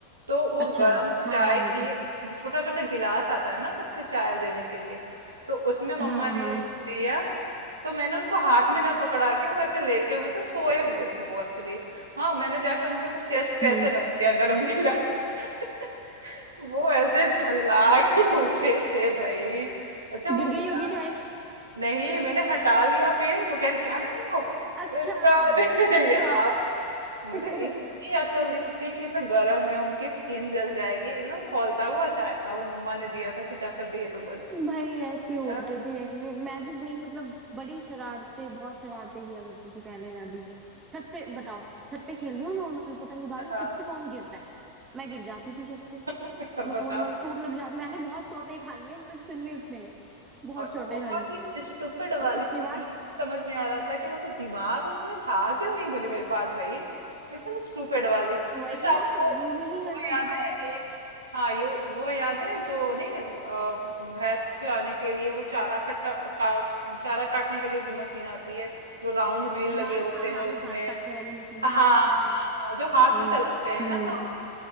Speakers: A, on the right; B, on the right.
A: तो वो
B: अच्छा
A: गर्म
B: हाँ
A: चाय
B: हाँ हाँ
A: की छोटा छोटा गिलास आता है ना उसमें चाय देने के लिए तो उसमें मम्मा
B: हाँ
A: ने
B: हाँ
A: दिया तो मैंने उनको हाथ में ना पकड़ा के वो ऐसे लेटे हुए थे सोए हुए थे वो एक्चुअली हाँ मैंने जाके उनके ऊपर चेस्ट पे
B: हम्म
A: ऐसे रख दिया गर्म गिलास <laughs> वो ऐसे झल्ला के उठे थे भाई अच्छा वो
B: गिर गई
A: गिलास
B: होगी चाय
A: नहीं मैंने हटा लिया फिर वो कह रही क्या कर रही हो
B: अच्छा
A: मैंने कहा "अरे
B: अच्छा
A: यार मुझे
B: <laughs>
A: इतनी अकल नहीं थी कि इतना गर्म है उनकी स्किन जल जाएगी एकदम खौलता हुआ चाय था वो मम्मा ने दिया था कि जाकर दे दो बस
B: भाई ऐसे होते
A: अ,
B: थे मैं, मैं भी भाई मतलब बड़ी शरारतें बहुत शरारतें किया करती थी पहले मैं भी छत से बताओ छत पे खेल रही हूँ नॉर्मल पतंग उड़ा रही
A: हाँ
B: छत से कौन गिरता है मैं गिर जाती थी छत से
A: <laughs>
B: नॉर्मल
A: बताओ
B: चोट लग जाती मैंने बहुत चोटें खाई है बचपन में अपने बहुत
A: और
B: चोटें
A: बहुत
B: खाई
A: ही
B: है
A: स्टूपिड वाली
B: और उसके
A: मतलब
B: बाद
A: ये नहीं समझ में आ रहा था कि मतलब दिमाग उसमें था क्यों नहीं मेरे मेरे पास भाई एकदम स्टूपिड वाली
B: वही
A: अच्छा
B: ना
A: आपको
B: यूज ही नहीं
A: वो
B: करना
A: याद
B: दिमाग
A: है
B: का
A: कि हाँ ये वो याद है जो नहीं अ, भैंस को खिलाने के लिए वो चारा कट्टा का, चारा काटने के लिए जो मशीन आती है जो राउंड व्हील लगे
B: हाँ
A: होते
B: हाँ
A: हैं
B: हाँ
A: उसमें
B: वो घास काटने वाली मशीन
A: हाँ
B: हाँ हाँ
A: हाँ
B: हाँ
A: हाँ जो हाथ
B: हम्म
A: से चलाते हैं ना
B: हम्म
A: गांव में